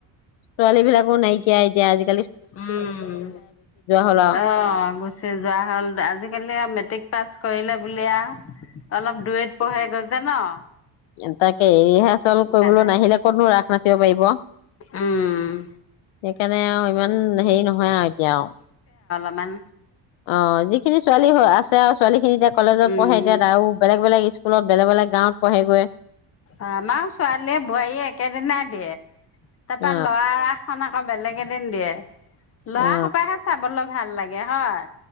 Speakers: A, on the left; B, on the left.
A: ছোৱালী বিলাক অ নাইকি এতিয়া আজি
B: উম
A: হ'ল আৰু
B: অ গুচি যোৱা হ'ল আজিকালি মেট্ৰিক পাছ কৰিলে বুলি আও অলপ দুয়েত পহে গৈ <unintelligible>
A: <unintelligible> এ ৰিহাৰ্চেল
B: সেইকাৰণে
A: কৰিবলৈ নাহিলে ক'তনো ৰাস নাচিব পাৰিব। সেইকাৰণে
B: উম
A: আৰু ইমান হেৰি নহয় আৰু এতিয়া আৰু।
B: ইমান
A: অ', যিখিনি ছোৱালী হৈ আছে আৰু ছোৱালীখিনি এতিয়া কলেজত
B: উম
A: পঢ়ে এতিয়া আৰু বেলেগ বেলেগ স্কু স্কুলত বেলেগ বেলেগ গাঁৱত পঢ়েগৈ।
B: আমাৰ ছোৱালীয়ে বোৱাৰীয়ে একেদিনাই দিয়ে। তাৰ
A: অ
B: পৰা ল'ৰাৰ ৰাসখন আ অ', বেলেগ এদিন দিয়ে। ল'ৰাসোপাহে
A: অ
B: চাবলৈ ভাল লাগে হয়।